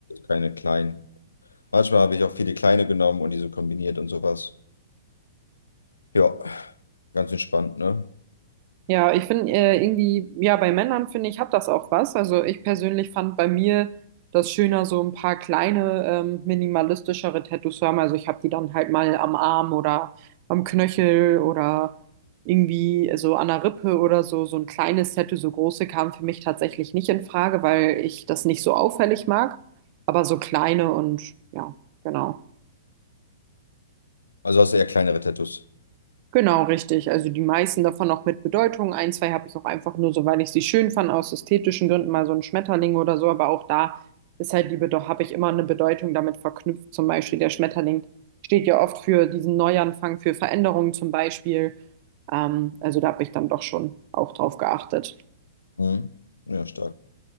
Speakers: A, on the left; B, on the right.
A: Keine kleinen. Manchmal habe ich auch viele kleine genommen und diese kombiniert und sowas. Ja, ganz entspannt, ne?
B: Ja, ich finde äh, irgendwie, ja, bei Männern finde ich, hat das auch was. Also ich persönlich fand bei mir das schöner, so ein paar kleine, ähm, minimalistischere Tattoos zu haben. Also ich habe die dann halt mal am Arm oder am Knöchel oder irgendwie so an der Rippe oder so. So ein kleines Tattoo, so große kam für mich tatsächlich nicht in Frage, weil ich das nicht so auffällig mag. Aber so kleine und ja, genau.
A: Also hast du eher kleinere Tattoos.
B: Genau, richtig. Also die meisten davon auch mit Bedeutung. Ein, zwei habe ich auch einfach nur so, weil ich sie schön fand, aus ästhetischen Gründen, mal so ein Schmetterling oder so. Aber auch da ist halt die Bedeutung, habe ich immer eine Bedeutung damit verknüpft. Zum Beispiel der Schmetterling steht ja oft für diesen Neuanfang, für Veränderungen zum Beispiel. Ähm, also da habe ich dann doch schon auch drauf geachtet.
A: Mhm. Ja, stark.